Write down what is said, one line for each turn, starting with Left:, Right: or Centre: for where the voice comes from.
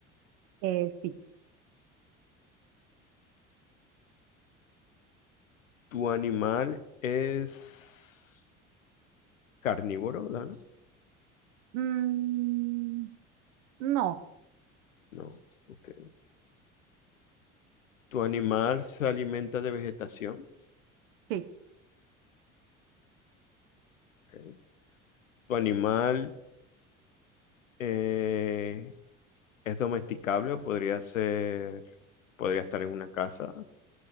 Right: eh, sí.
Left: ¿Tu animal es carnívoro, Dana?
Right: Mm, no,
Left: No. Ok. ¿Tu animal se alimenta de vegetación?
Right: sí.
Left: Ok. ¿Tu animal eh, es domesticable o podría ser, podría estar en una casa?